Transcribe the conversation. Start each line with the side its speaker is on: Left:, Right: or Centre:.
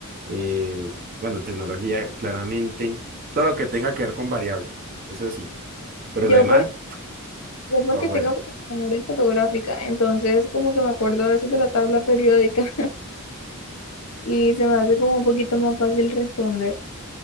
Right: eh, bueno, tecnología, claramente, todo lo que tenga que ver con variables, eso sí, pero
Left: Yo,
Right: lo demás,
Left: por, yo porque
Right: para afuera.
Left: tengo como memoria fotográfica, entonces como que me acuerdo a veces de la tabla periódica <laughs> y se me hace como un poquito más fácil responder.